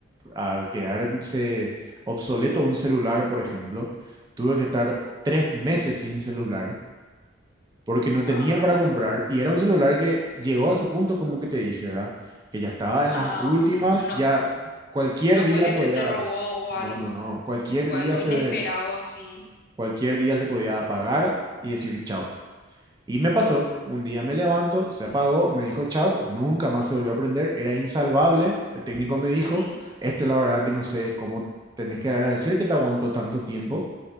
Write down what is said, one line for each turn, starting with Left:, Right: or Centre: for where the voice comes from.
Right: al quedarse obsoleto un celular, por ejemplo, tuve que estar tres meses sin celular porque no tenía
Left: Ah,
Right: para comprar y era un celular que llegó a ese punto como que te dije, ¿verdad? Que ya estaba en
Left: ah,
Right: las últimas,
Left: n- no,
Right: ya cualquier
Left: no
Right: día
Left: fue que
Right: podía,
Left: se te robó o
Right: no,
Left: algo,
Right: no, no, cualquier
Left: fue
Right: día
Left: algo
Right: se
Left: inesperado
Right: ve,
Left: así.
Right: cualquier día se podía apagar y decir chau. Y me pasó, un día me levanto, se apagó, me dijo chau, nunca más se volvió a prender, era insalvable, el técnico me dijo,
Left: Sí,
Right: esto la verdad que no sé cómo tenés que agradecer que te aguantó tanto tiempo,